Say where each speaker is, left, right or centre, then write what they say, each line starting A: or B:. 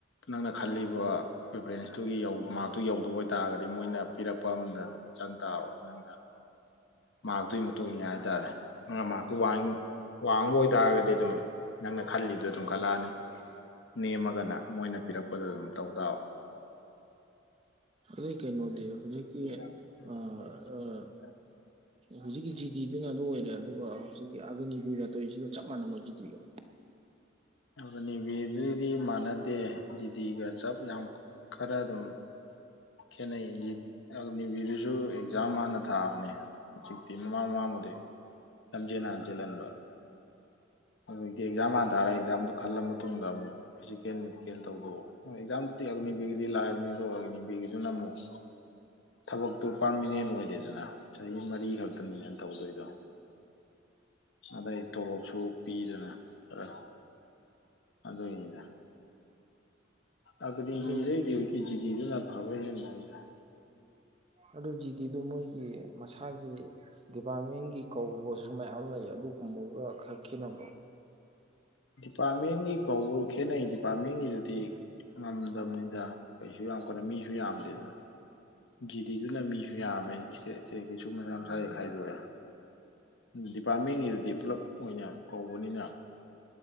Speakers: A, on the left (about 70°); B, on the right (about 30°).
A: ꯅꯪꯅ ꯈꯜꯂꯤꯕ ꯄꯔꯤꯐꯔꯦꯟꯁꯇꯨꯒꯤ ꯃꯥꯔꯛꯇꯨ ꯌꯧꯗꯕ ꯑꯣꯏ ꯇꯥꯔꯒꯗꯤ ꯃꯣꯏꯅ ꯄꯤꯔꯛꯄ ꯑꯃꯗ ꯑꯗꯨꯝ ꯆꯪꯇꯥꯕ ꯅꯪꯅ ꯃꯥꯛꯔꯇꯨꯒꯤ ꯃꯇꯨꯡ ꯏꯜꯂꯦ ꯍꯥꯏꯇꯥꯔꯦ ꯅꯪꯅ ꯃꯥꯔꯛꯇꯨ ꯋꯥꯡꯕ ꯑꯣꯏꯇꯥꯥꯔꯒꯗꯤ ꯑꯗꯨꯝ ꯅꯪꯅ ꯈꯜꯂꯤꯗꯨꯣ ꯑꯗꯨꯝ ꯈꯜꯂꯛꯑꯅꯤ ꯅꯦꯝꯃꯒꯅ ꯃꯣꯏꯅ ꯄꯤꯔꯛꯄꯗ ꯑꯗꯨꯝ ꯇꯧ ꯇꯥꯕ
B: ꯑꯗꯩ ꯀꯩꯅꯣꯗꯤ ꯍꯧꯖꯤꯛꯀꯤ
A: <unintelligible>
B: ꯑ ꯑ ꯍꯧꯖꯤꯛꯀꯤ ꯖꯤꯗꯤꯗꯨꯅ ꯑꯗꯨ ꯑꯣꯏꯔꯦ ꯑꯗꯨꯒ ꯍꯧꯖꯤꯛꯀꯤ ꯑꯒꯅꯤꯕꯤꯔ ꯇꯣꯏꯁꯤꯒ ꯆꯞ ꯃꯥꯟꯅꯕꯣꯏ ꯖꯤꯗꯤꯒ
A: ꯑꯒꯅꯤꯕꯤꯔ ꯗꯨꯗꯤ ꯃꯥꯟꯅꯗꯦ ꯖꯤꯗꯤꯒ ꯆꯞ ꯌꯥꯝ ꯈꯔ ꯑꯗꯨꯝ ꯈꯦꯅꯩ ꯑꯒꯅꯤꯕꯤꯔꯗꯨꯁꯨ ꯑꯦꯛꯖꯥꯝ ꯍꯥꯟꯅ ꯊꯥꯕꯅꯦ ꯍꯧꯖꯤꯛꯇꯤ ꯃꯃꯥꯡ ꯃꯃꯥꯡꯕꯨꯗꯤ ꯂꯝꯖꯦꯜ ꯍꯥꯟ ꯆꯦꯟꯍꯟꯕ ꯍꯧꯖꯤꯛꯇꯤ ꯑꯦꯛꯖꯥꯝ ꯍꯥꯟ ꯇꯥꯔꯦ ꯑꯦꯛꯖꯥꯝꯗꯨꯣ ꯈꯜꯂ ꯃꯇꯨꯡꯗ ꯑꯃꯨꯛ ꯐꯤꯖꯤꯀꯦꯜ ꯃꯦꯗꯤꯀꯦꯜ ꯇꯧꯗꯧꯕ ꯑꯦꯛꯖꯥꯝꯗꯨꯗꯤ ꯑꯒꯅꯤꯕꯤꯒꯤꯗꯤ ꯂꯥꯏꯕꯅꯤ ꯑꯗꯣ ꯑꯒꯅꯤꯕꯤꯒꯤꯗꯨꯅ ꯑꯃꯨꯛ ꯊꯕꯛꯇꯨ ꯄꯥꯔꯃꯤꯅꯦꯟ ꯑꯣꯏꯗꯦꯗꯅ ꯆꯍꯤ ꯃꯔꯤ ꯈꯛꯇꯅꯤꯅ ꯇꯧꯗꯣꯏꯗꯣ ꯑꯗꯩ ꯇꯣꯂꯣꯞꯁꯨ ꯄꯤꯗꯅ ꯑꯗꯣ ꯑꯗꯨꯏꯅꯤꯗ ꯑꯒꯅꯤꯕꯤꯔ
B: ꯑꯗꯨ
A: ꯗꯩꯗꯤ ꯖꯤꯗꯤꯗꯨꯅ ꯐꯕ ꯍꯦꯟꯕꯅꯤꯗ
B: ꯑꯗꯨ ꯖꯤꯗꯤꯗꯨ ꯃꯣꯏꯒꯤ ꯃꯁꯥꯒꯤ ꯗꯤꯄꯥꯔꯠꯃꯦꯟꯒꯤ ꯀꯧꯕꯁꯨ ꯃꯌꯥꯝ ꯂꯩ ꯑꯗꯨꯒꯨꯝꯕꯒ ꯈꯔ ꯈꯦꯠꯅꯕꯣ
A: ꯗꯤꯄꯥꯔꯠꯃꯦꯟꯒꯤ ꯀꯧꯕ ꯈꯦꯠꯅꯩ ꯗꯤꯄꯥꯔꯠꯃꯦꯟꯒꯤꯗꯨꯗꯤ ꯉꯝꯗꯕꯅꯤꯗ ꯀꯩꯁꯨ ꯌꯥꯝ ꯀꯅ ꯃꯤꯁꯨ ꯌꯥꯝꯗꯦꯗꯅ ꯖꯤꯗꯤꯗꯨꯅ ꯃꯤꯁꯨ ꯌꯥꯝꯃꯦ ꯏꯁꯇꯦꯠ ꯏꯁꯇꯦꯠꯀꯤꯁꯨ ꯃꯁꯥ ꯃꯁꯥ ꯌꯥ ꯈꯥꯏꯗꯣꯛꯑꯦ ꯗꯤꯄꯥꯔꯠꯃꯦꯟꯒꯤꯗꯨꯗꯤ ꯄꯨꯂꯞ ꯑꯣꯏꯅ ꯀꯧꯕꯅꯤꯅ